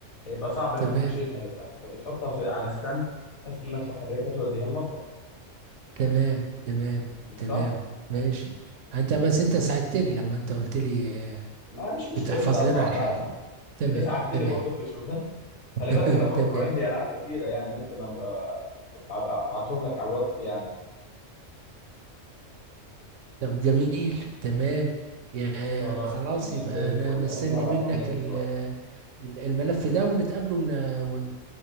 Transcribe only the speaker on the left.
هيبقى صعب انك
تشيلها ف- فبتحطها في على ستاند بس انك تحركها توديها المطبخ
مش
صح
ما مش مشكله
بنساعد
بعض
عادي
انت ساعدتني
برضو في الشباك خلي بالك
انا برضو
عندي العاب كتيره يعني ممكن أبقى- أبقى- ابعتهم لك على الواتس يعني
خلاص
تمام
زي الفل
اديني هبعتهم
لك دلوقتي